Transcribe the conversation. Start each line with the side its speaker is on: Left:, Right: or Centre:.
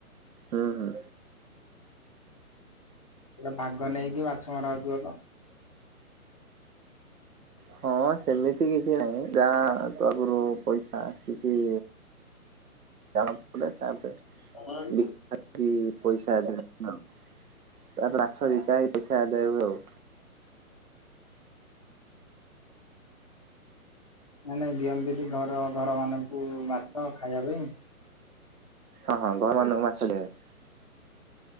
Right: ହୁଁ ହୁ।
Left: ସେଟା ଭାଗ ନେଇକି ମାଛ ମରା ହେଉଥିବତ?
Right: ହଁ ସେମିତି କିଛି ନାହିଁ ଯା ଆଗରୁ ପଇସା ଆସିକି, <inaudible>
Left: <inaudible>
Right: ବିକା ହେଇକି ପଇସା ଆଦାୟ <inaudible> ତାପରେ ମାଛ ବିକା ହେଇ ପଇସା ଆଦୟ ହୁଏ ଆଉ।
Left: ନା ନାଇଁ ଦିଅନ୍ତି ଘର ଘର ମାନଙ୍କୁ ମାଛ ତ ଖାଇବା ପାଇଁ।
Right: ହଁ ହଁ ଘରମାନଙ୍କୁ ମାଛ ଦିଅନ୍ତି।